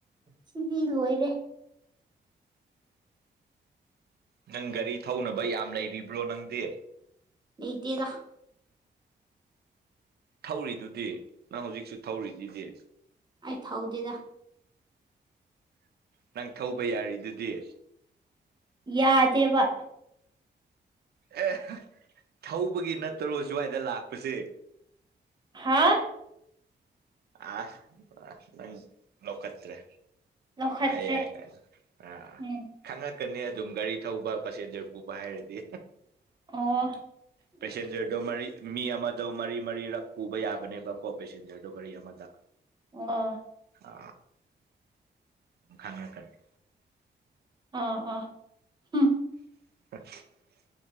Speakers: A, on the right; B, on the right.
A: ꯁꯤꯗꯤ ꯂꯣꯏꯔꯦ
B: ꯅꯪ ꯒꯥꯔꯤ ꯊꯧꯅꯕ ꯌꯥꯝ ꯂꯩꯔꯤꯕ꯭ꯔꯣ ꯅꯪꯗꯤ
A: ꯂꯩꯇꯦꯗ
B: ꯊꯧꯔꯤꯗꯨꯗꯤ ꯅꯪ ꯍꯧꯖꯤꯛꯁꯨ ꯊꯧꯔꯤꯗꯨꯗꯤ
A: ꯑꯩ ꯊꯧꯗꯦꯗꯥ
B: ꯅꯪ ꯊꯧꯕ ꯌꯥꯔꯤꯗꯨꯗꯤ
A: ꯌꯥꯗꯦꯕꯥ
B: ꯑꯦ ꯊꯧꯕꯒꯤ ꯅꯠꯇꯔꯣ ꯁ꯭ꯋꯥꯏꯗ ꯂꯥꯛꯄꯁꯦ
A: ꯍꯥ
B: ꯑ ꯂ ꯂꯧꯈꯇ꯭ꯔꯦ
A: ꯂꯧꯈꯠꯇ꯭ꯔꯦ
B: ꯑꯩ ꯑ ꯑ
A: ꯎꯝ
B: ꯈꯪꯉꯟ ꯀꯅꯤ ꯑꯗꯨꯝ ꯒꯥꯔꯤ ꯊꯧꯕ ꯄꯁꯦꯟꯖꯔ ꯄꯨꯕ ꯍꯥꯏꯔꯗꯤ
A: ꯑꯣ
B: ꯄꯦꯁꯦꯟꯖꯔꯗꯣ ꯃꯔꯤ ꯃꯤ ꯑꯃꯗꯣ ꯃꯔꯤ ꯃꯔꯤꯔꯛ ꯄꯨꯕ ꯌꯥꯕꯅꯦꯕꯀꯣ ꯄꯦꯁꯦꯟꯖꯔꯗꯣ ꯒꯥꯔꯤ ꯑꯃꯗ
A: ꯑ
B: ꯑ ꯈꯪꯔꯛ ꯀꯅꯤ
A: ꯑꯣ ꯑꯣ ꯎꯝ
B: <unintelligible>